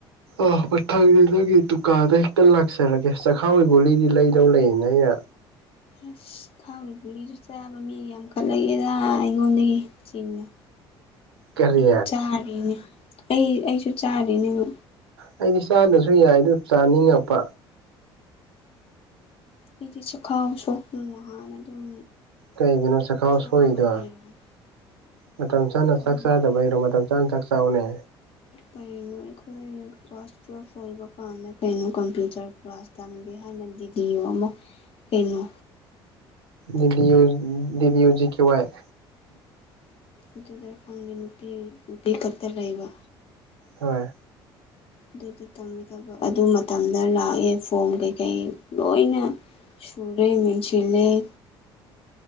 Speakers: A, on the right; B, on the left.
A: ꯑ ꯃꯊꯪꯗꯤ ꯅꯪꯒꯤ ꯗꯨꯀꯥꯟꯗ ꯍꯦꯛꯇ ꯂꯥꯛꯆꯔꯒꯦ ꯆꯈꯥꯎꯒꯤ ꯒꯨꯂꯤꯗꯤ ꯂꯩꯗꯧ ꯂꯩꯌꯦꯅ ꯑꯩꯅ
B: ꯑꯁ ꯆꯈꯥꯎꯒꯤ ꯒꯨꯂꯤ ꯆꯥꯕ ꯃꯤ ꯌꯥꯝꯈꯠꯂꯛꯌꯦꯗ ꯑꯩꯉꯣꯟꯗꯒꯤ ꯆꯤꯡꯅ
A: ꯀꯔꯤ
B: ꯑꯩꯁꯨ ꯆꯥꯔꯤꯅꯦ ꯑꯩ ꯑꯩꯁꯨ ꯆꯥꯔꯤꯅꯦꯕ
A: ꯑꯩꯗꯤ ꯆꯥꯗꯁꯨ ꯌꯥꯏ ꯑꯗꯨ ꯆꯥꯅꯤꯡꯉꯛꯄ
B: ꯑꯩꯗꯤ ꯆꯈꯥꯎ ꯁꯣꯛ ꯅꯍꯥꯟꯅ ꯑꯗꯨꯝ
A: ꯀꯩꯒꯤꯅꯣ ꯆꯈꯥꯥꯎ
B: ꯁꯣꯛꯑꯒ
A: ꯁꯣꯛꯏꯗꯣ
B: ꯂꯩꯔꯕꯅꯤ
A: ꯃꯇꯝ ꯆꯥꯅ
B: ꯈꯪꯗꯦ
A: ꯆꯥꯛ ꯆꯥꯗꯕꯩꯔꯣ
B: ꯑꯩꯁꯨ
A: ꯃꯇꯝ ꯆꯥꯅ ꯆꯥꯛ ꯆꯥꯎꯅꯦ
B: ꯀꯩꯅꯣ ꯑꯩꯈꯣꯏ ꯀ꯭ꯂꯥꯁ ꯇꯨꯋꯦꯐ ꯂꯣꯏꯕ ꯄꯥꯝꯃꯦ ꯀꯩꯅꯣ ꯀꯝꯄꯌꯨꯇꯔ ꯀ꯭ꯂꯥꯁ ꯇꯝꯒꯦ ꯍꯥꯏꯅ ꯗꯤꯗꯤꯌꯣ ꯑꯃ ꯀꯩꯅꯣ
A: ꯗꯤꯗꯤꯌꯣ ꯗꯤꯕꯤꯌꯣ ꯖꯤ ꯀꯦ ꯋꯥꯥꯏ
B: ꯑꯗꯨꯗ ꯈꯪꯗꯦ ꯅꯨꯄꯤ ꯅꯨꯄꯤ ꯈꯛꯇ ꯂꯩꯕ
A: ꯍꯣꯏ
B: ꯑꯗꯨꯗꯤ ꯇꯝꯒꯗꯕ ꯑꯗꯨ ꯃꯇꯝꯗ ꯂꯥꯛꯑꯦ ꯐꯣꯝ ꯀꯩꯀꯩ ꯂꯣꯏꯅ ꯁꯨꯔꯦ ꯃꯦꯁꯤꯜ ꯂꯩ